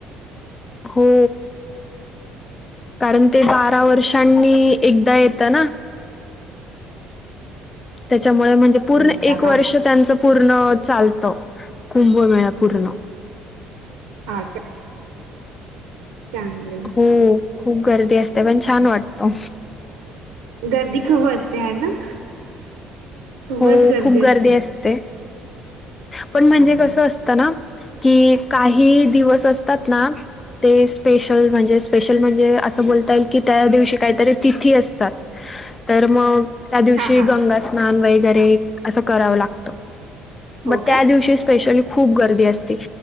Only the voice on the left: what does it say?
हो कारण ते बारा वर्षांनी एकदा येतं ना त्याच्यामुळे म्हणजे पूर्ण
एक
वर्ष त्यांच पूर्ण पूर्ण चालत कुंभमेळा पूर्ण
हो खूप गर्दी असते पण छान वाटतो
हो खूप
गर्दी असते् पण म्हणजे
कसं असतं की काही दिवस असतात ना ते स्पेशल म्हणजे स्पेशल म्हणजे असं बोलता येईल की त्या दिवशी काहीतरी तिथी असतात तर मग त्या दिवशी
गंगा स्नान वगैरे असं करावं लागतो
मग
त्या दिवशीच स्पेशली खूप गर्दी असते